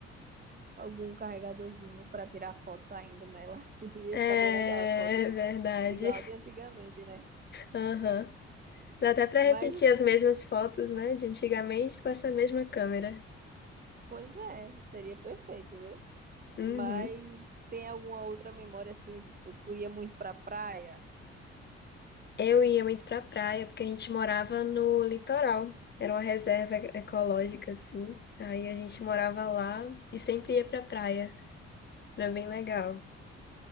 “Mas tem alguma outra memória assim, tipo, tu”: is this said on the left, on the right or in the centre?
Right